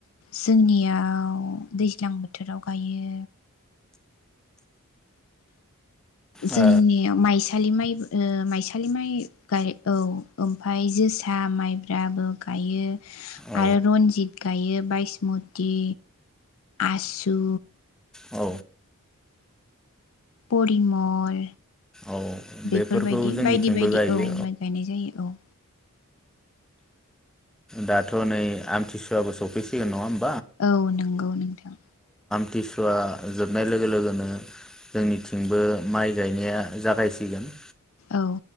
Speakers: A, on the left (about 65°); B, in the centre.
A: जोंनियाव दैज्लां बोथोराव गायो जोंनि
B: ओ
A: माइ स सालि माइबो ओ माइसालि माइ गाय औ ओमफाय जोसा माइब्राबो गायो
B: औ
A: आरो रनजित गायो, बायसमति, आसु,
B: औ
A: परिमल,
B: औ
A: बेफोरबायदि
B: बेफोरखौ जोंनिथिंबो
A: बायदि बायदि
B: गायो
A: औ माइ गायनाय जायो औ।
B: दाथ' नै आमथिसुवाबो सफैसिगोन नङा होम
A: औ नंगौ नोंथां।
B: थिसुवा जोबनाय लोगो लोगोनो जोंनिथिंबो माइ गायनाया जागायसिगोन।
A: औ